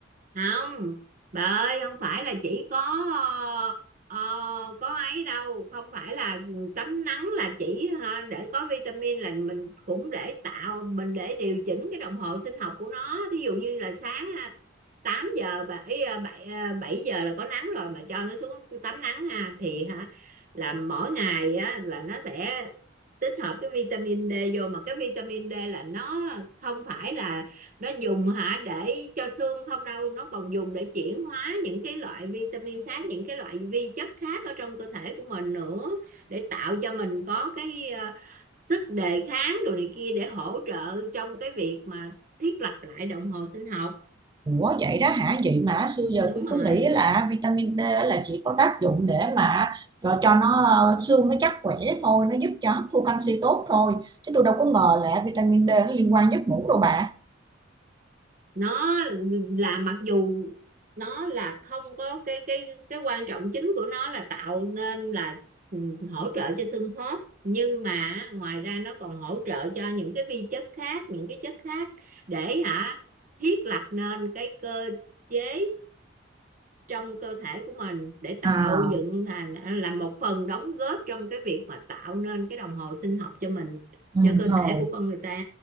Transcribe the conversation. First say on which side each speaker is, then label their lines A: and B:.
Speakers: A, on the right; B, on the right.
A: không bà ơi không phải là chỉ có ờ, ờ, có ấy đâu không phải là tắm nắng là chỉ ha, để có vitamin là mình cũng để tạo mình để điều chỉnh cái đồng hồ sinh học của nó thí dụ như là sáng ờ, tám giờ bảy bảy ờ, bảy giờ là có nắng rồi mà cho nó xuống tắm nắng ha thì hả là mỗi ngày á là nó sẽ tích hợp cái vitamin D vô mà cái vitamin D là nó không phải là nó dùng hả để cho xương không đâu nó còn dùng để chuyển hóa những cái loại vitamin khác những cái loại vi chất khác ở trong cơ thể của mình nữa để tạo cho mình có cái ờ, sức đề kháng đồ này kia để hỗ trợ trong cái việc mà thiết lập lại đồng hồ sinh học
B: Ủa vậy đó hả? Vậy mà xưa giờ
A: đúng
B: tôi
A: rồi
B: cứ nghĩ là vitamin D là chỉ có tác dụng để mà cho, cho nó ờ, xương nó chắc khỏe thôi, nó giúp cho hấp thu canxi tốt thôi. Chứ tôi đâu có ngờ là vitamin D nó liên quan giấc ngủ đâu bà.
A: nó là mặc dù nó là không có cái cái cái quan trọng chính của nó là tạo nên là ừ, hỗ trợ cho xương khớp nhưng mà ngoài ra nó còn hỗ trợ cho những cái vi chất khác những cái chất khác để hả thiết lập nên cái cơ chế trong cơ thể của mình để tạo
B: À,
A: dựng thành là một phần đóng góp trong cái việc mà tạo nên cái đồng hồ sinh học cho mình
B: ừ,
A: cho cơ
B: thôi.
A: thể của con người ta